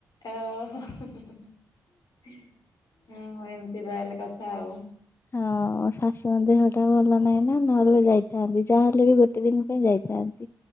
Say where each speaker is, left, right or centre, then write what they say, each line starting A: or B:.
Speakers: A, on the left; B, on the left.
A: ଓହୋ ହଁ ହଁ ଏମିତି ତା ହେଲେ କଥା ଆଉ।
B: ହଁ ଶାଶୁଙ୍କ ଦେହ ଟା ଭଲ ନାହିଁ ନା ନହେଲେ ଯାଇଥାନ୍ତି ଯାହାହେଲେ ବି ଗୋଟେ ଦିନ ପାଇଁ ଯାଇଥାନ୍ତି।